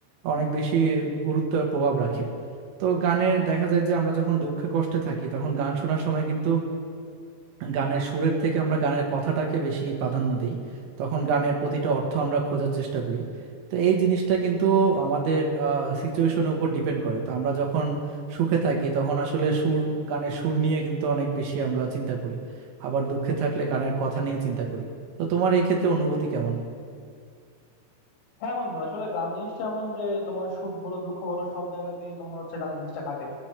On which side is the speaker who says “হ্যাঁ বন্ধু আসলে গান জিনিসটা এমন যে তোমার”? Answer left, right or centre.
Left